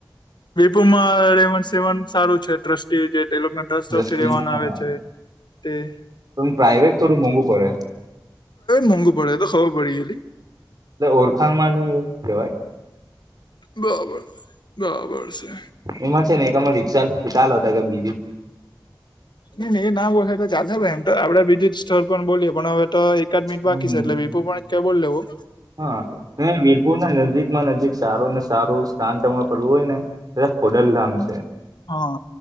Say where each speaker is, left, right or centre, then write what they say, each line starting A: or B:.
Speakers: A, on the left; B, on the right.
A: વિપુમાં રેવાન સેવન સારું છે ટ્રસ્ટી જે તેને ટ્રસ્ટ
B: રસ્તી-
A: તરફથી રેવાનું
B: હા.
A: આવે છે. તે
B: પણ
A: પ્રાઇવેટ
B: થોડું મોંઘું પડે
A: મોંઘુ પડે તે તો ખબર પડી જયલી
B: એ ઓળખાણ માં ને એવુ કેવાય
A: બરાબર બરાબર છે.
B: એમાં છે ને એકમા રિક્ષા ચાલ હતા કે બીજી
A: એ ના એ ના હો તો ચાલે ભાઈ એમ તો આપડે બીજું જ સ્થળ પણ બોલીએ પણ હવે તો એકાદ મિનિટ
B: હમ
A: બાકી છે એટલે વિપુ પણ જ કઈ બોલ લેવું
B: હા ને વીરપુરના નજીકમાં નજીક સારું ને સારું સ્થાન તમારે પડવું હોય ને તે ખોડલધામ છે,
A: હા